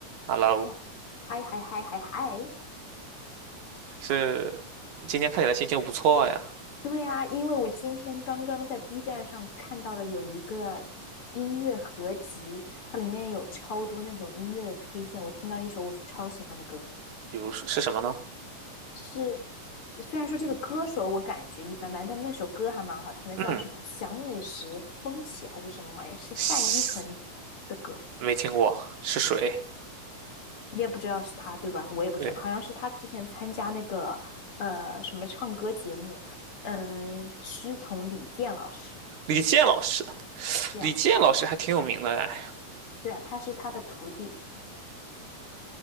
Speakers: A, on the right; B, on the left.
A: Hello，
B: 哇，嗨嗨嗨嗨嗨！
A: 是今天看起来心情不错呀。
B: 对呀，因为我今天刚刚在 B 站上看到了有一个音乐合集，它里面有超多那种音乐的推荐。我听到一首我超喜欢的歌，
A: 比如是是什么呢？
B: 是虽然说这个歌手我感觉一般般，但那首歌还蛮好听的，
A: 嗯，
B: 叫什么《想你时风起》还是什么玩意儿？是单依纯
A: 是
B: 的歌。
A: 没听过，是谁？
B: 你也不知道是他，对吧？我也不知道，
A: 对，
B: 好像是他之前参加那个呃什么唱歌节目，嗯，师从李健老师
A: 李健老师，
B: ，Yeah，
A: 李健老师还挺有名的哎。
B: 对啊，他是他的徒弟，